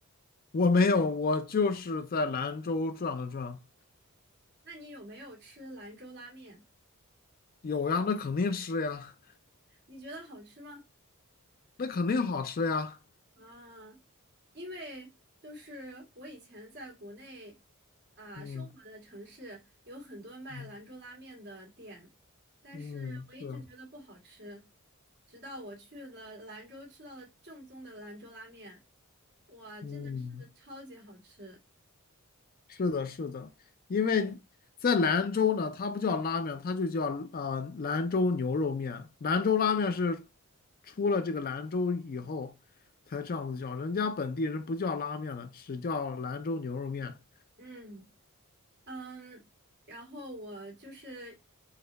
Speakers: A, on the left; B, on the right.
A: 我没有，我就是在兰州转了转，
B: 那你有没有吃兰州拉面？
A: 有呀，那肯定吃呀，
B: 你觉得好吃吗？
A: 那肯定好吃呀，
B: 啊，因为就是我以前在国内啊生活的城市有很多卖兰州拉面的店，
A: 嗯嗯
B: 但是我一直觉得不好吃，
A: 嗯，是啊，
B: 直到我去了兰州吃到了正宗的兰州拉面，哇，
A: 嗯，
B: 真的是超级好吃。
A: 是的，是的，因为在兰州呢，它不叫拉面，它就叫呃兰州牛肉面，兰州拉面是出了这个兰州以后才这样子叫，人家本地人不叫拉面了，只叫兰州牛肉面。
B: 嗯。嗯，然后我就是